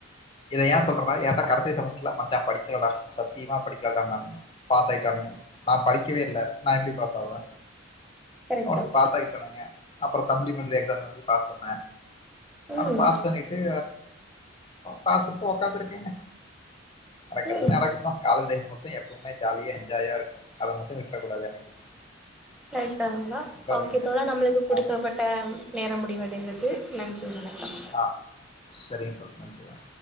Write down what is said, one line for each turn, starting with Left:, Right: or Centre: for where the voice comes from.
Left: இத ஏ சொல்றோட ஏன்ட்டா கடைசி செமஸ்டர்ல மச்சா படிக்கல டா சத்தியமா படிக்கல டானுவானுங்க பாஸ் ஆயிட்டானுங்க நா படிக்கவே இல்ல நா எப்டி பாஸ் ஆவே
Centre: கரெக்ட்
Left: அவனுஙாக
Centre: தா
Left: பாஸ் ஆகிட்டானுங்க அப்புற சப்ளிமெண்ட்ரி எக்ஸாம் எழுதி பாஸ் பன்ன
Centre: ம்
Left: அத பாஸ் பண்ணிட்டு் பாஸ் பண்ணிட்டு ஒக்காத்து இருக்கேங்க நடக்கிறது
Centre: ம்
Left: நடக்கட்டு காலேஜ் லைஃப் மட்டு ப்பவுமே ஜாலியா என்ஜாயா இருக்கு அத மட்டு விட்டுறக் கூடாது என்னைக்குமே
Centre: <unintelligible> காங்ளா
Left: விட்றாதீங்க.
Centre: ஓகே இப்பதா நம்மளுக்கு குடுக்கப்பட்ட
Left: ஆமா.
Centre: ட்ட நேரம் முடிவடைந்தது நன்றி வணக்கம்
Left: ஆ சரிங்க தோழ நன்றி வண